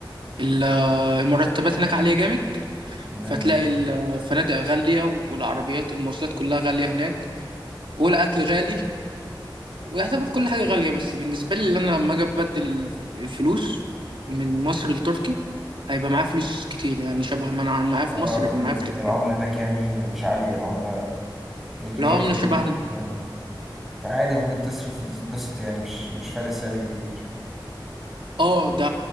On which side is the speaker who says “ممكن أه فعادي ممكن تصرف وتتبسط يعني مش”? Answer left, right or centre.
Centre